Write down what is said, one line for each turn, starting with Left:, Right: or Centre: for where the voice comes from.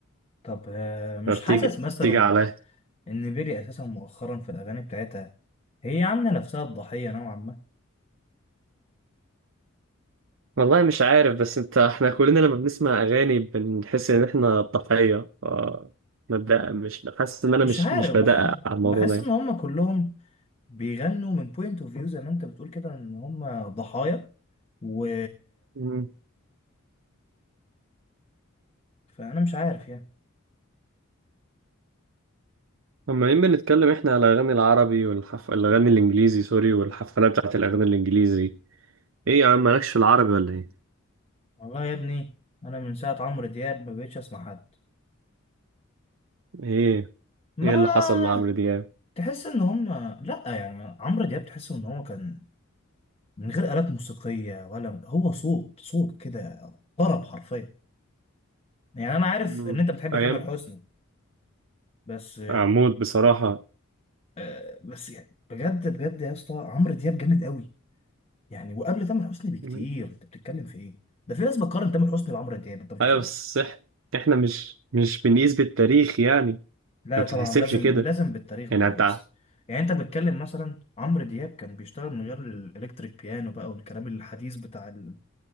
Left: طب آه، مش
Right: فبتيجي
Left: حاسس مثلا
Right: بتيجي عليا
Left: ان بيلي اساسا مؤخرا في الاغاني بتاعتها هي عامله نفسها الضحيه نوعا ما
Right: والله مش عارف بس انت احنا كلنا لما بنسمع اغاني بنحس ان احنا ضحية ف... ما بدأ- مش حاسس ان انا
Left: مش
Right: مش
Left: عارف
Right: مش بدقق
Left: بحس
Right: على الموضوع
Left: بحس ان هم كلهم بيغنوا من بوينت اوف فيو زي ما انت بتقول كده ان هم ضحايا و
Right: ده
Left: فانا مش عارف يعني
Right: عمالين بنتكلم احنا على الاغاني العربي والحف... الاغاني الانجليزي سوري والحفلات بتاعت الاغاني الانجليزي ايه يا عم مالكش في العربي ولا ايه
Left: والله يا ابني انا من ساعه عمرو دياب ما بقتش اسمع حد
Right: ايه
Left: ما
Right: ايه اللي حصل لعمرو دياب
Left: تحس ان هم لا يعني عمرو دياب تحس ان هو كان من غير آلات موسيقيه ولا هو صوت صوت كده طرب حرفيا يعني انا عارف
Right: مم.
Left: ان انت بتحب
Right: ايام
Left: تامر حسني بس
Right: عمود بصراحة
Left: آه، بس يعني بجد بجد يا اسطى عمرو دياب جامد قوي يعني وقبل تامر حسني بكتير
Right: مم.
Left: انت بتتكلم في ايه ده في ناس بتقارن تامر حسني بعمرو دياب انت متخيل
Right: ايوه بس إح... احنا مش مش بنقيس بالتاريخ يعني
Left: لا
Right: ما بتتحسبش
Left: طبعا لازم
Right: كده
Left: لازم بالتاريخ
Right: يعني
Left: برضه
Right: انت
Left: يا اسطى يعني انت بتتكلم مثلا عمرو دياب كان بيشتغل من غير الالكتريك بيانو بقى والكلام الحديث بتاع ال...